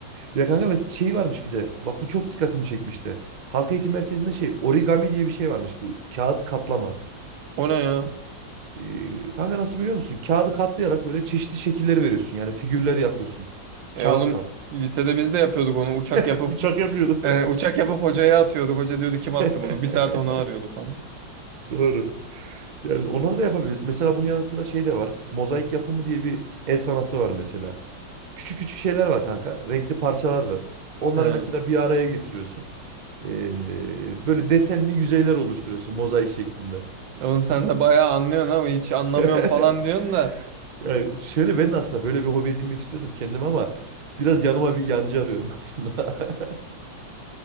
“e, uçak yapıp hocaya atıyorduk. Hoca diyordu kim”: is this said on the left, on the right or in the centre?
Right